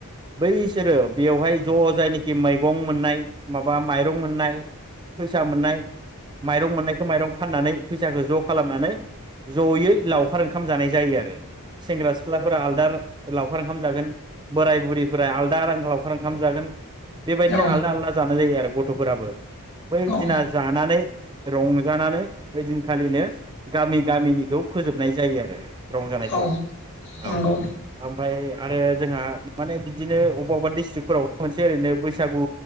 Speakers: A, on the right; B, on the left.
A: बैसोरो बेयावहाय ज' जायनाखि मैगं मोननाय माबा माइरं मोननाय फैसा मोननाय माइरं मोननायखौ माइरं फाननानै फैसाखौ ज' खालामनानै ज'यै लावखार ओंखाम जानाय जायो आरो सेंग्रा से ख्लाफोरा आलदा लावखार ओंखाम जागोन बोराय बुरैफोरा आलदा रां लावखार ओंखाम जागोन। बेबायदिनो
B: औ
A: आलदा-आलदा जानाय जायो आरो। गथ'फोराबो बै
B: औ
A: दिना जानानै रंजानानै बै दिनखालिनो गामि गामिनिखौ फोजोबनाय जायो आरो। रंजानायखौहाय।
B: औ
A: औ
B: नंगौ।
A: ओमफ्राय आरो जोंहा माने बिदिनो अबेबा अबेबा डिस्ट्रिकफोराव मोनसे ओरैनो बैसागु